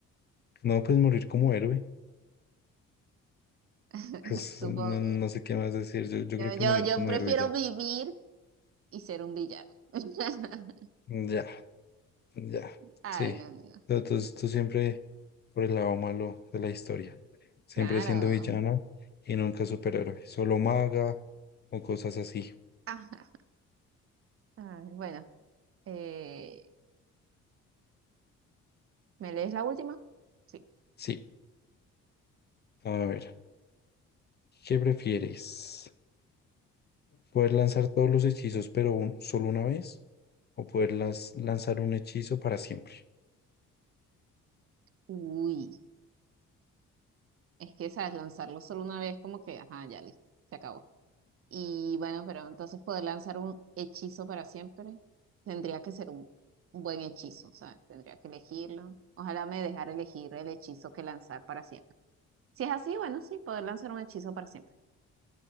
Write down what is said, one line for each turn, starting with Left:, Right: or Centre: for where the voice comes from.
Left: no, pues morir como héroe.
Right: <laughs>
Left: Pues
Right: Supongo.
Left: no, no sé qué más decir. Yo, yo
Right: Yo,
Left: creo
Right: yo,
Left: que morir
Right: yo
Left: como
Right: prefiero
Left: héroe ya.
Right: vivir y ser un villano. <laughs>
Left: Ya, ya.
Right: Ay,
Left: Sí.
Right: no, no, no.
Left: Tú, tú- tú siempre por el lado malo de la historia. Siempre
Right: Claro.
Left: siendo villana y nunca superhéroe. Solo maga o cosas así.
Right: Ajá. Ay, bueno, eh, ¿me lees la última? Sí.
Left: Sí. A ver, ¿qué prefieres? Poder lanzar todos los hechizos, pero un- solo una vez, o poder las- lanzar un hechizo para siempre.
Right: Uy, es que sabes, lanzarlo solo una vez, como que, ajá, ya listo, se acabó. Y bueno, pero entonces poder lanzar un hechizo para siempre tendría que ser un buen hechizo, o sea, tendría que elegirlo. Ojalá me dejara elegir el hechizo que lanzar para siempre. Si es así, bueno, sí, poder lanzar un hechizo para siempre.